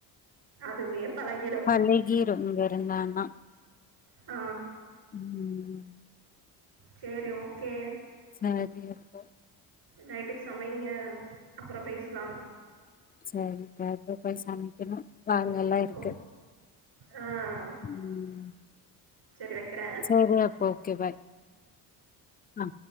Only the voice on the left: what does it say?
பழகிரு இங்க இருந்தானா
ம்
சரி அப்போ
சரி காப்ப போய் சமைக்கணு வாங்க எல்லா இருக்கு
ம்
<unintelligible> அப்போ ஓகே பாய் ஆ